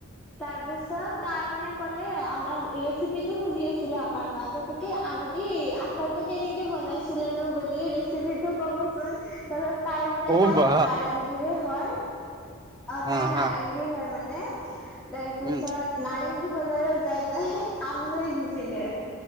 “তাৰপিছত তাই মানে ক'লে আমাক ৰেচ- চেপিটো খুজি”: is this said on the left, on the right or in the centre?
Centre